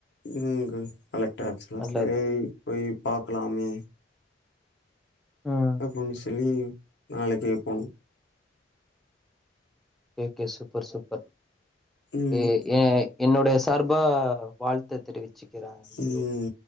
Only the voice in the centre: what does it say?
நல்லது
ம்
ஓகே ஓகே சூப்பர் சூப்பர்
எ என் என்னுடைய சார்பா வாழ் த்த தெரிவிச்சுக்கிறே லியோ